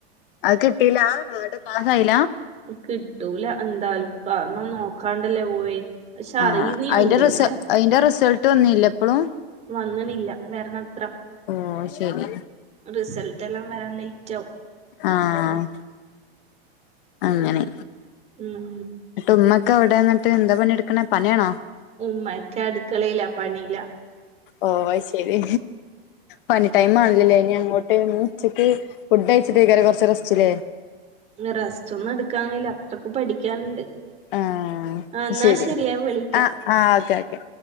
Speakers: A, on the left; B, on the right.
A: അത് കിട്ടില ആടെ പാസായില്ല
B: കിട്ടൂല എന്തായാലും കാരണം നോ നോക്കണ്ടല്ലേ പോയെ പക്ഷെ
A: ആഹ്
B: അറിയുന്നേ
A: അയിന്റെ
B: ഉണ്ടേനുവേ
A: റിസ അയിന്റെ റിസൾട്ട് വന്നില്ലേ ഇപ്പളും
B: വന്നണില്ല വരണത്ര
A: ഓ ശരി
B: റിസൾട്ട് എല്ലാം വരാൻ ലെയിറ്റാവും
A: ആഹ് അങ്ങനെ
B: ഉം
A: ന്നിട്ട് ഉമ്മക്ക് അവിടെന്നിട്ട് എന്താ പണിയെടുക്കണേ പണിയാണോ
B: ഉമ്മക്ക് അടുക്കളയില പണിയില
A: ഓ അയ്ശരി പണി ടൈം ആണല്ലല്ലേ ഇനി അങ്ങോ ട്ട് എണിച്ചിട്ട് ഫുഡ് കഴിച്ചിട്ട് കേറി കുറച്ച് നേരം റസ്‌റ്റില്ലേ
B: റെസ്റ്റൊന്നും എടുക്കാൻ കഴിയില്ല അത്രക്ക് പഠിക്കാനുണ്ട്
A: ഈഹ്
B: ആ എന്നാ
A: ശരി
B: ഞാൻ വിളിക്കാ
A: ആഹ് ആഹ് ഓക്കെ ഓക്കെ